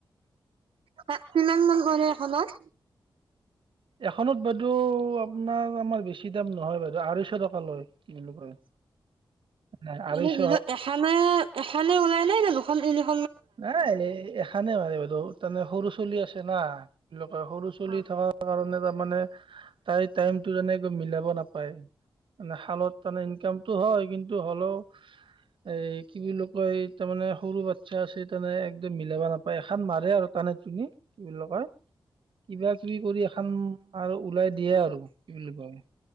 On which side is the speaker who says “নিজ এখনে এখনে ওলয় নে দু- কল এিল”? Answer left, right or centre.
Right